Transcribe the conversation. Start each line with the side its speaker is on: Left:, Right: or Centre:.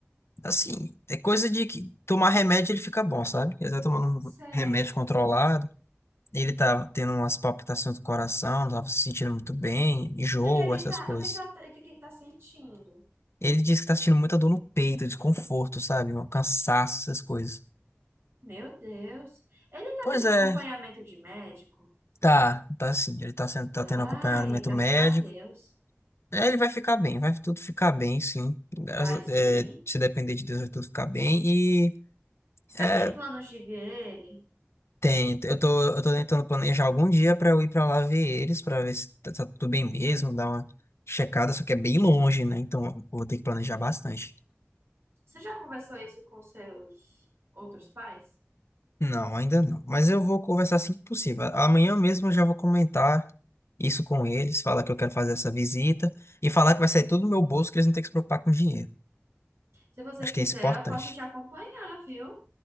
Left: assim, é coisa de que tomar remédio ele fica bom, sabe? Ele tá tomando
Right: Sei.
Left: um remédio controlado. Ele tava tendo umas palpitações do coração, não tava se sentindo muito bem, enjoo,
Right: O que que ele
Left: essas
Right: tá,
Left: coisas.
Right: o que que ela, tá- o que que ele tá sentindo?
Left: Ele disse que tá sentindo muita dor no peito, desconforto, sabe? Um cansaço, essas coisas.
Right: Meu Deus. Ele tá
Left: Pois
Right: tendo acompanhamento
Left: é,
Right: de médico?
Left: tá, tá sim. Ele tá, sendo, tá
Right: Ai,
Left: tendo acompanhamento
Right: graças
Left: médico.
Right: a Deus.
Left: É, ele vai ficar bem, vai tudo ficar bem, sim. Graças-
Right: Vai sim.
Left: é, se depender de Deus, vai tudo ficar bem. E
Right: Você
Left: é,
Right: tem planos de ver ele?
Left: tem, eu tô, eu tô tentando planejar algum dia pra eu ir pra lá ver eles, pra ver se tá, tá tudo bem mesmo, dar uma checada, só que é bem longe, né? Então eu vou ter que planejar bastante.
Right: Você já conversou isso com seus outros pais?
Left: Não, ainda não. Mas eu vou conversar assim que possível. Amanhã mesmo eu já vou comentar isso com eles, falar que eu quero fazer essa visita e falar que vai sair tudo do meu bolso, que eles não têm que se preocupar com dinheiro.
Right: Se você
Left: Acho
Right: quiser,
Left: que é isso importante.
Right: eu posso te acompanhar, viu?